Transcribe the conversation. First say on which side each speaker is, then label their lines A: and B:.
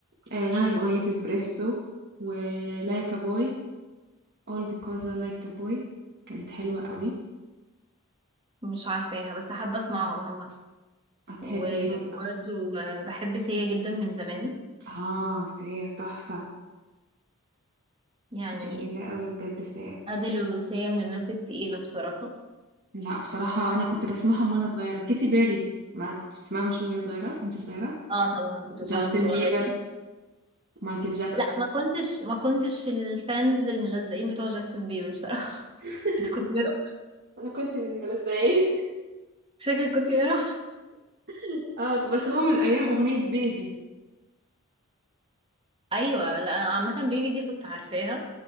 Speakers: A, on the right (about 55°); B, on the right (about 25°).
A: آه، غنت اغنيه اسبريسو و like a boy all because I liked a boy كانت حلوه قوي
B: مش عارفاها بس حابه اسمعهم عامه
A: هتحبيهم
B: وبرضو
A: قوي
B: آه، بحب سيا جدا من زمان
A: اه سيا تحفه
B: يعني
A: جميله قوي بجد سيا
B: ادل وسيا من الناس التقيله بصراحه
A: لا بصراحة أنا كنت بسمعهم وأنا صغيرة كيتي بيري ما كنت بسمعهم مش وهي صغيرة كنت صغيرة
B: اه طبعا كنت بسمعها
A: جاستن
B: وانا صغير
A: بيبر مايكل جاكسون
B: لا ما كنتش ما كنتش الفانز الملزقين بتوع جاستن بيبر بصراحه
A: <laughs>
B: <laughs> انت كنت بيرو
A: انا كنت من الملزقين
B: شكلك كنت بيرو
A: <laughs> اه كنت بسمعهم من أيام أغنية بيبي
B: ايوه لا أنا عامه بيبي دي كنت عارفاها